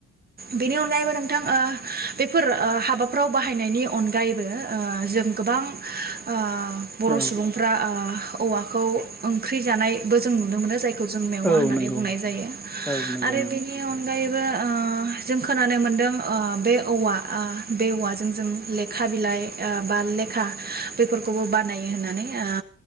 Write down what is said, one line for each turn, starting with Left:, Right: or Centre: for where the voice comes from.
Right: बेनि अनगायैबो नोंथां ओ <unintelligible> बेफोर हाबाफोराव बाहायनायनि अनगायैबो ओ जों गोबां ओ बर'
Centre: औ
Right: सुबुंफ्रा ओ औवाखौ ओंख्रि जानाय बो जों नुनो मोनो जाय खौ जों मेवा
Centre: औ
Right: होननानै
Centre: नंगौ
Right: बुंनाय जायो
Centre: औ नंगौ
Right: आरो
Centre: नंगौ
Right: बेनि अनगायै बो ओ जों खोनानो मोनदों ओ बे औवा ओ बे औवाजों जों लेखा बिलाइ ओ बा लेखा बेफोरखौबो बानायो होननानै ओ